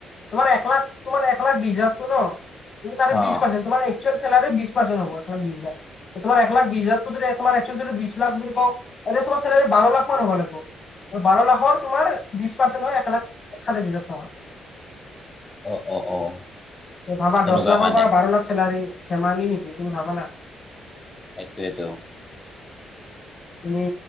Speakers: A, on the left; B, on the left.
A: তোমাৰ এক লাখ, তোমাৰ এক লাখ বিছ হাজাৰটো ন' তুমি তাৰে
B: অ
A: বিছ পাৰ্চেন্ট তোমাৰ চেলাৰীৰ বিছ পাৰ্চেণ্ট হ'ব বিছ হাজাৰ। তোমাৰ এক লাখ বিছ হাজাৰতো যদি তোমাৰ যদি বিছ লাখ যদি কওঁ এতিয়া তাৰ চেলাৰি বাৰ লাখমান হ'ব লাগব। বাৰ লাখৰ তোমাৰ বিছ পাৰ্চেন্ট হৈ এক লাখ সাতাইছ হাজাৰ টকা।
B: অ', অ', অ'।
A: ভাবা
B: সেনেকুৱা
A: দহ লাখৰপৰা
B: মানে
A: বাৰ লাখ চেলাৰী, ধেমালি নেকি তুমি ভাবানা।
B: সেইটোৱেতো।
A: তুমি,